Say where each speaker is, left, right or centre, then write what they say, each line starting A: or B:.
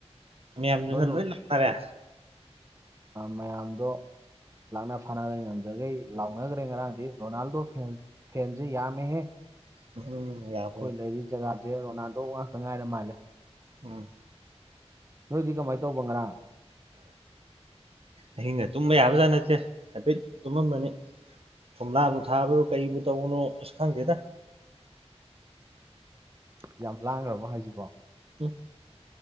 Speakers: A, on the right (about 60°); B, on the right (about 25°).
A: ꯃꯌꯥꯝꯗꯨꯅ
B: ꯅꯣꯏꯔꯣꯝ
A: ꯂꯣꯏ ꯂꯥꯛꯅꯔꯦ꯫
B: ꯃꯌꯥꯝꯗꯣ ꯂꯥꯛꯅ ꯐꯥꯅꯒ ꯉꯝꯖꯈꯩ ꯂꯥꯎꯅꯈ꯭ꯔꯦ ꯉꯔꯥꯡꯗꯤ ꯔꯣꯅꯥꯜꯗꯣ ꯐꯦꯟꯁꯦ ꯌꯥꯝꯃꯦꯍꯦ꯫ ꯑꯩꯈꯣꯏ
A: ꯎꯝ ꯌꯥꯕꯅꯦ
B: ꯂꯩꯔꯤ ꯖꯒꯥ꯫ ꯁꯦ ꯔꯣꯅꯥꯜꯗꯣ ꯉꯥꯛꯇ ꯉꯥꯏꯅ ꯃꯥꯜꯂꯦ꯫
A: ꯎꯝ꯫
B: ꯅꯣꯏꯗꯤ ꯀꯃꯥꯏꯅ ꯇꯧꯕ ꯉꯔꯥꯡ
A: ꯑꯍꯤꯡ ꯒꯥ ꯇꯨꯝꯕ ꯌꯥꯕꯖ ꯅꯠꯇ꯫ ꯍꯥꯏꯐꯦꯠ ꯇꯨꯝꯃꯃꯅꯤ ꯀꯣꯝꯂꯥꯕꯨ ꯊꯥꯕ꯭ꯔꯣ ꯀꯔꯤꯕꯨ ꯇꯧꯕꯅꯣ ꯑꯁ ꯈꯪꯗꯦꯗ꯫
B: ꯌꯥꯝ ꯂꯥꯡꯈ꯭ꯔꯕ ꯍꯥꯏꯁꯤꯕꯣ꯫
A: ꯎ